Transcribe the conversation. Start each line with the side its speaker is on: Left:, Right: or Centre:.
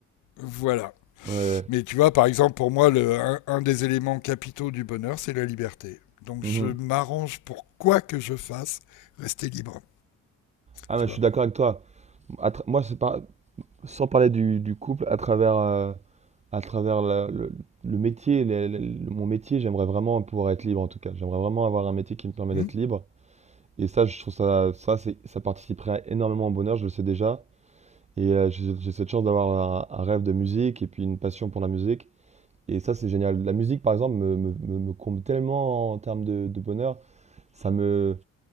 Left: Voilà.
Right: Ouais, ouais.
Left: Mais tu vois, par exemple, pour moi, le, un, un des éléments capitaux du bonheur, c'est la liberté. Donc,
Right: Mhm.
Left: je m'arrange pour quoi que je fasse, rester libre.
Right: Ah,
Left: Tu
Right: mais
Left: vois
Right: je suis d'accord avec toi. À tra- moi, c'est pas, sans parler du, du couple, à travers, euh, à travers la- le, le métier, les- les- le- mon métier, j'aimerais vraiment pouvoir être libre en tout cas. J'aimerais vraiment avoir un métier qui me permet
Left: Hum
Right: d'être libre. Et ça, je trouve ça, ça, c'est, ça participerait énormément au bonheur, je le sais déjà. Et euh, j'ai j'ai cette chance d'avoir un, un rêve de musique et puis une passion pour la musique. Et ça, c'est génial. La musique, par exemple, me, me, me- me comble tellement en termes de, de bonheur. Ça me,